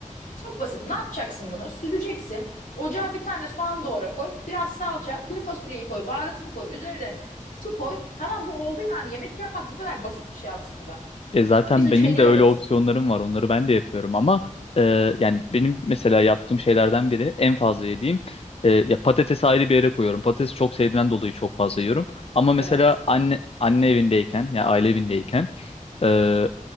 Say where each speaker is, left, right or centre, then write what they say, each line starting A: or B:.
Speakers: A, on the left; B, on the left.
A: Çok basit. Ne yapacaksın bunu? Süzeceksin. Ocağa bir tane soğan doğra koy. Biraz salça, kuru fasulyeyi koy, baharatını koy. Üzerine de su koy. Tamam bu oldu yani. Yemek yapmak bu kadar basit bir şey aslında.
B: E zaten
A: Biz üşeniyoruz.
B: benim de öyle opsiyonlarım var. Onları ben de yapıyorum ama e, yani benim mesela yaptığım şeylerden biri en fazla yediğim e, ya patatesi ayrı bir yere koyuyorum. Patatesi çok sevdiğimden dolayı çok fazla yiyorum. Ama mesela
A: Evet.
B: anne anne evindeyken ya yani aile evindeyken e,